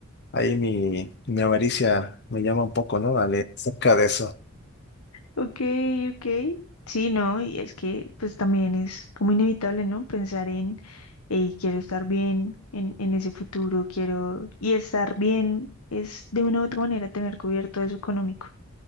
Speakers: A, on the left; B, on the left.
A: Ahí mi, mi avaricia me llama un poco, ¿no? Dale, acerca de eso.
B: ok, ok. Sí, no, y es que pues también es como inevitable, ¿no? Pensar en, hey, quiero estar bien en, en ese futuro, quiero... Y estar bien es de una u otra manera tener cubierto eso económico.